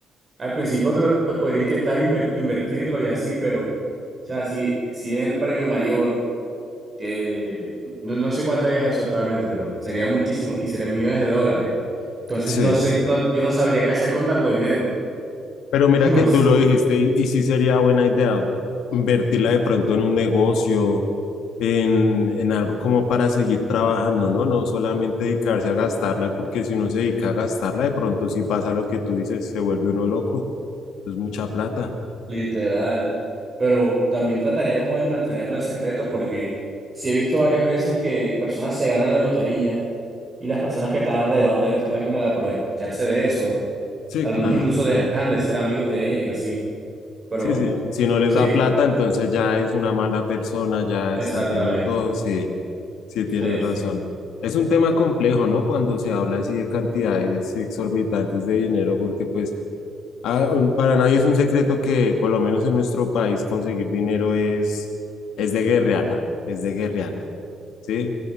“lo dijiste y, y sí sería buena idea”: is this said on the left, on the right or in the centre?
Left